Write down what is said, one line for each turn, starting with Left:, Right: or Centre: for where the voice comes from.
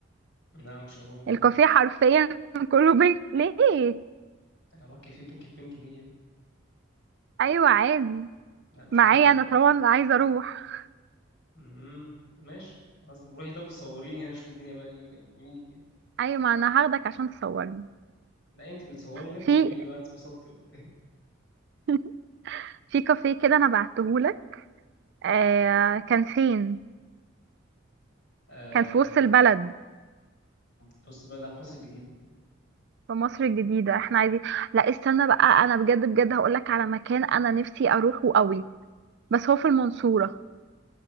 Left: لا مش هروح أنا
Right: الكافيه
Left: لا
Right: حرفيا <laughs> كله بينك ليه
Left: هروح كافيه بينك بينك ليه يعني
Right: ايوه عادي
Left: لا مش
Right: معايا
Left: عادي
Right: انا طبعا عايزه اروح
Left: امم ماشي خلاص روحي طب صوريني هناك شوفي الدنيا بقى إيه بقى يعني قوليلي يعني.
Right: ايوه ما انا هاخدك عشان تصورني
Left: لا انت بتصوري هناك
Right: في
Left: وبقولي لي بقى اتبسطتي ولا ايه
Right: <laughs> في كافيه كده انا بعتهولك آه كان فين
Left: آه
Right: كان في وسط البلد
Left: في وسط بقى لا في مصر الجديدة
Right: في مصر الجديدة احنا عايزين لا استنى بقى انا بجد بجد هقولك على مكان انا نفسي اروحه قوي بس هو في المنصورة